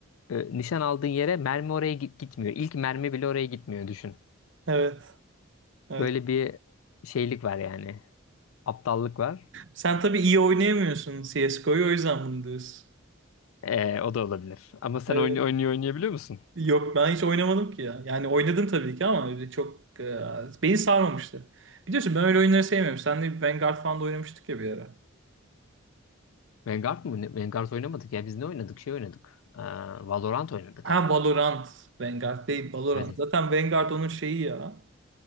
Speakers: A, on the left (about 85°); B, on the right (about 65°).
A: e, nişan aldığın yere mermi oraya git- gitmiyor. İlk mermi bile oraya gitmiyor düşün.
B: Evet. Evet.
A: Böyle bir şeylik var yani. Aptallık var.
B: Sen tabii iyi oynayamıyorsun CSGO'yu o yüzden bunu diyorsun.
A: E, o da olabilir. Ama sen
B: Evet.
A: oyun oynuyor oynayabiliyor musun?
B: Yok ben hiç oynamadım ki ya. Yani oynadım tabii ki ama öyle çok e, beni sarmamıştı. Biliyorsun ben öyle oyunları sevmiyorum. Senle Vanguard falan da oynamıştık ya bir ara.
A: Vanguard mı? Ne- Vanguard oynamadık ya. Biz ne oynadık? Şey oynadık. Ee, Valorant oynadık
B: Ha
A: herhalde.
B: Valorant. Vanguard değil Valorant.
A: Evet.
B: Zaten Vanguard onun şeyi ya.